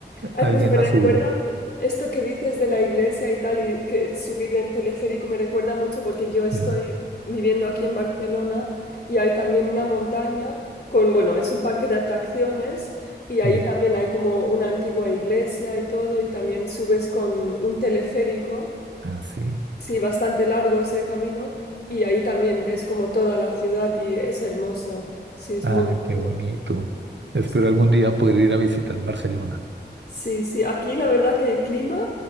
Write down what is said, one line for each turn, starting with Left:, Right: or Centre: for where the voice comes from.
Left: Ay,
Right: Alguien
Left: pues me
Right: la
Left: recuerda
Right: subió.
Left: esto que dices de la iglesia y tal, y que subir en teleférico me recuerda mucho porque yo estoy
Right: Sí,
Left: viviendo aquí en Barcelona y hay también una montaña con, bueno, es un parque de atracciones y ahí
Right: sí,
Left: también hay como una antigua iglesia y todo, y también subes con un teleférico,
Right: así.
Left: sí, bastante largo es el camino, y ahí también ves como toda la ciudad y es hermoso, sí, es
Right: Ah,
Left: muy bonito.
Right: qué bonito. Espero
Left: sí.
Right: algún día poder ir a visitar Barcelona.
Left: Sí, sí, aquí la verdad que el clima